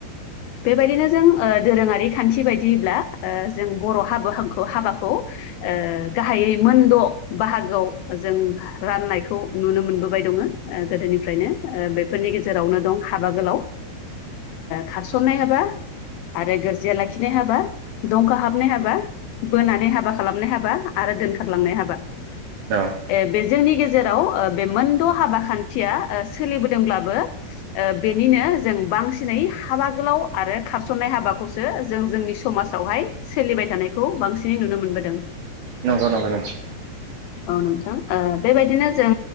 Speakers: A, on the left (about 90°); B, on the right (about 70°).
A: बेबायदिनो जों दोरोङारि खान्थि बायदिब्ला जों बर' हाबो हांग हाबाखौ गाहायै मोनद' बाहागोआव जों राननायखौ नुनो मोनबोबाय दङ गोदोनिफ्रायनो बेफोरनि गेजेरावनो दं हाबा गोलाव खारसननाय हाबा आरो गोरजिया लाखिनाय हाबा दंख हाबनाय हाबा बोनानै हाबा खालामनाय हाबा आरो दोनखारलांनाय हाबा
B: औ
A: ए बे जोंनि गेजेराव बे मोनद' हाबा खान्थिया सोलिबोदोंब्लाबो बेनिनो जों बांसिनै हाबा गोलाव आरो खारसननाय हाबाखौसो जों जोंनि समाजावहाय सोलिबाय थानाय खौ बांसिनै नुनो मोनबोदों।
B: नंगौ नंगौ नंगौ
A: औ नोंथां बेबायदिनो जों